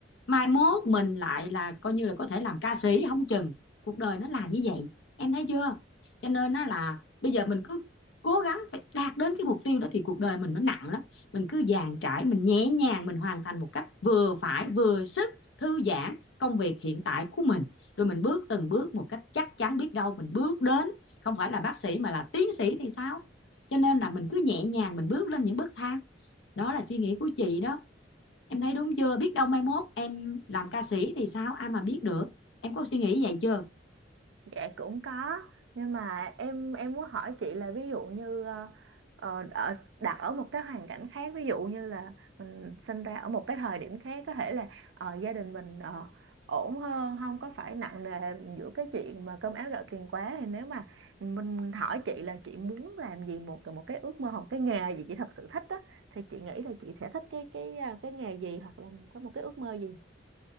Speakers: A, on the left; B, on the right.
A: mai mốt mình lại là coi như là có thể làm ca sĩ không chừng cuộc đời nó là như vậy em thấy chưa cho nên á là bây giờ mình cứ cố gắng phải đạt đến cái mục tiêu đó thì cuộc đời mình nó nặng lắm mình cứ dàn trải mình nhẹ nhàng mình hoàn thành một cách vừa phải vừa sức thư giãn công việc hiện tại của mình rồi mình bước từng bước một cách chắc chắn biết đâu mình bước đến không phải là bác sĩ mà là tiến sĩ thì sao cho nên là mình cứ nhẹ nhàng mình bước lên những bậc thang đó là suy nghĩ của chị đó em thấy đúng chưa biết đâu mai mốt em làm ca sĩ thì sao ai mà biết được em có suy nghĩ vậy chưa
B: Dạ cũng có nhưng mà em em muốn hỏi chị là ví dụ như ờ, ờ, ở đặt ở một cái hoàn cảnh khác ví dụ như là mình sinh ra ở một cái thời điểm khác có thể là ờ, gia đình mình ờ, ổn hơn không có phải nặng nề giữa cái chuyện mà cơm áo gạo tiền quá thì nếu mà mình hỏi chị là chị muốn làm gì một một cái ước mơ hoặc cái nghề gì chị thật sự thích á thì chị nghĩ là chị sẽ thích cái cái ờ, cái nghề gì hoặc là có một cái ước mơ gì?